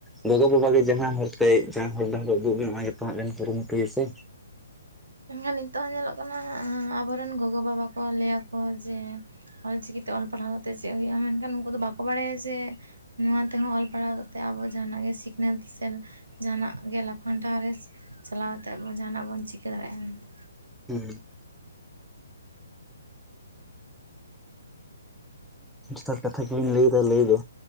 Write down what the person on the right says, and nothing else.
ᱮᱠᱷᱟᱱ ᱱᱤᱛᱚᱜ ᱦᱚᱸ ᱧᱮᱞᱚᱜ ᱠᱟᱱᱟ ᱟᱵᱚᱨᱮᱱ ᱜᱚᱜᱚ ᱵᱟᱵᱟ ᱠᱚ ᱞᱟᱹᱭᱟ ᱠᱚ ᱡᱮ ᱚᱞ-ᱪᱤᱠᱤᱛᱮ ᱚᱞ ᱯᱟᱲᱦᱟᱣ ᱠᱟᱛᱮᱫ ᱪᱮᱫ ᱦᱩᱭᱩᱜᱼᱟ ᱢᱮᱱᱠᱷᱟᱱ ᱩᱱᱠᱩ ᱫᱚ ᱵᱟᱠᱚ ᱵᱟᱲᱟᱭᱟ ᱡᱮ ᱱᱚᱣᱟ ᱛᱮᱦᱚᱸ ᱚᱞ ᱯᱟᱲᱦᱟᱣ ᱠᱟᱛᱮ ᱟᱵᱚ ᱡᱟᱦᱟᱱᱼᱟᱜ ᱜᱮ ᱥᱤᱠᱷᱱᱟᱹᱛ ᱥᱮ ᱡᱟᱦᱟᱱᱟᱜ ᱜᱮ ᱞᱟᱯᱷᱟᱝ ᱴᱷᱟᱶ ᱨᱮ ᱪᱟᱞᱟᱣ ᱠᱟᱛᱮᱫ ᱟᱵᱚ ᱡᱟᱦᱟᱱᱼᱟᱜ ᱵᱚᱱ ᱪᱤᱠᱟᱹ ᱫᱟᱲᱮᱭᱟᱜᱼᱟ ᱢᱮᱱᱛᱮ